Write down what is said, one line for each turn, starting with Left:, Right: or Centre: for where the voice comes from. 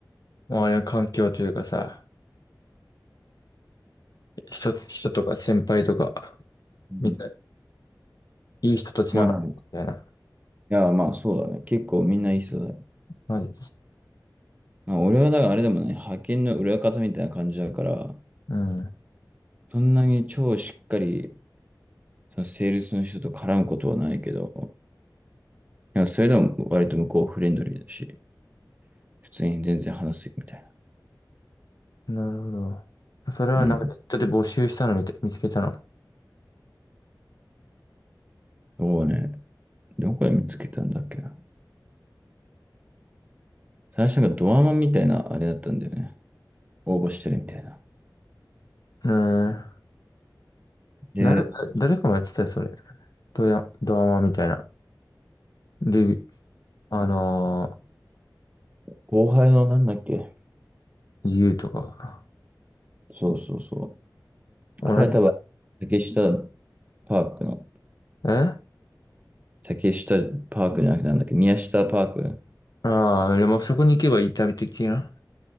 Left: 周りの環境というかさ、人、人とか先輩とか、
Right: うん
Left: みんな、いい人たちなのみたいな。
Right: まあ、いや、まあそうだね。結構みんないい人だよ。
Left: マジ？
Right: まあ、俺はだからあれでもね、派遣の裏方みたいな感じだから、
Left: うん。
Right: そんなに超しっかり、そのセールスの人と絡むことはないけど、いや、それでも割と向こうフレンドリーだし、普通に全然話すみたいな。
Left: なるほど。それはなんかネットで募集したの見て、
Right: うん。
Left: 見つけたの。
Right: そうね。どこで見つけたんだっけな。最初がドアマンみたいなあれだったんだよね。応募してるみたいな。
Left: うん。
Right: で、
Left: な、誰かもやってたよ、それ。ドヤ、ドラマみたいな。ルビ、あの
Right: 後輩のなんだっけ。
Left: ー、ユーとか。
Right: そうそうそう。
Left: 同じ、
Right: 彼は多分、竹下パークの、
Left: え
Right: 竹下パークじゃなくてなんだっけ、宮下パーク。
Left: ああー、でもそこに行けば痛み的な。